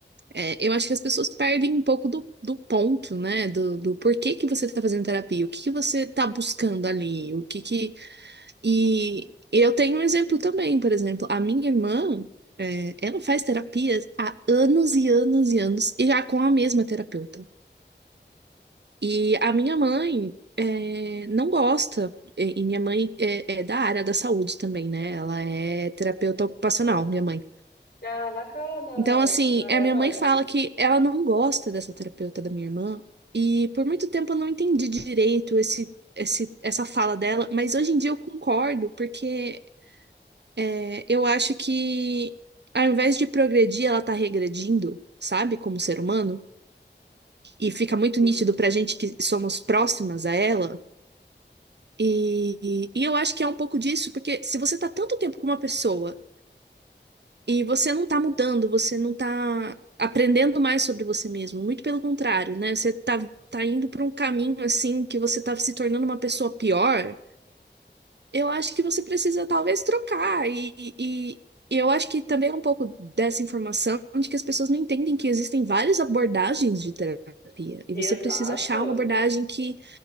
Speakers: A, on the right; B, on the left.
A: É, eu acho que as pessoas perdem um pouco do, do ponto, né? Do, do porquê que você tá fazendo terapia, o que que você tá buscando ali, o que que. E eu tenho um exemplo também, por exemplo, a minha irmã, é, ela faz terapia há anos e anos e anos, e já com a mesma terapeuta. E a minha mãe é, não gosta, e e minha mãe é, é da área da saúde também, né? Ela é terapeuta ocupacional, minha mãe.
B: Ah, bacana.
A: Então, assim,
B: Ai,
A: a
B: adoro.
A: minha mãe fala que ela não gosta dessa terapeuta da minha irmã, e por muito tempo eu não entendi direito esse, esse, essa fala dela, mas hoje em dia eu concordo, porque é, eu acho que ao invés de progredir, ela tá regredindo, sabe, como ser humano, e fica muito
B: Sim.
A: nítido pra gente que somos próximas a ela. E, e eu acho que é um pouco disso, porque se você tá tanto tempo com uma pessoa e você não tá mudando, você não tá aprendendo mais sobre você mesmo, muito pelo contrário, né? Você tá, tá indo pra um caminho assim que você tá se tornando uma pessoa pior, eu acho que você precisa talvez trocar. E, e, e eu acho que também é um pouco dessa informação de que as pessoas não entendem que existem várias abordagens de terapia e
B: Exato.
A: você precisa achar uma abordagem que